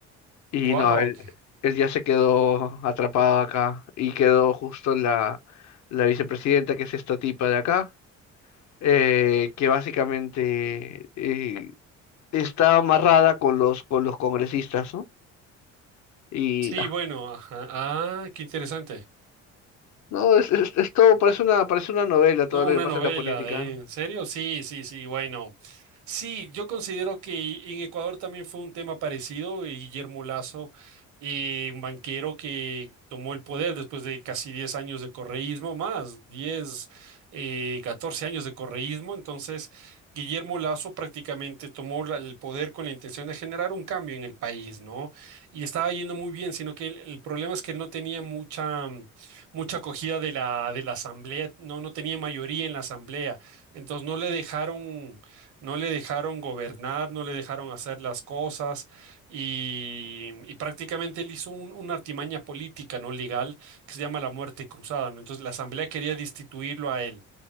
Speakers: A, on the left; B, on the right.
A: Y
B: ¡Guau!
A: no, él, él ya se quedó atrapado acá y quedó justo la, la vicepresidenta, que es esta tipa de acá, eh, que básicamente... eh, está amarrada con los, con los congresistas, ¿no? Y
B: Sí,
A: nah,
B: bueno, ajá. Ah, qué interesante.
A: no, es, es, es todo, parece una, parece una novela
B: No,
A: todo lo
B: Una
A: que pasa
B: novela
A: en la política.
B: de, ¿en serio? Sí, sí, sí, bueno. Sí, yo considero que en Ecuador también fue un tema parecido. y Guillermo Lazo, eh, un banquero que tomó el poder después de casi 10 años de correísmo, más diez, eh, 14 años de correísmo. Entonces, Guillermo Lazo prácticamente tomó la- el poder con la intención de generar un cambio en el país, ¿no? Y estaba yendo muy bien, sino que el el problema es que no tenía mucha... mucha acogida de la, de la asamblea, no, no tenía mayoría en la asamblea, entonces no le dejaron, no le dejaron gobernar, no le dejaron hacer las cosas y, y prácticamente él hizo un- una artimaña política, no legal, que se llama la muerte cruzada, ¿no? Entonces la asamblea quería destituirlo a él.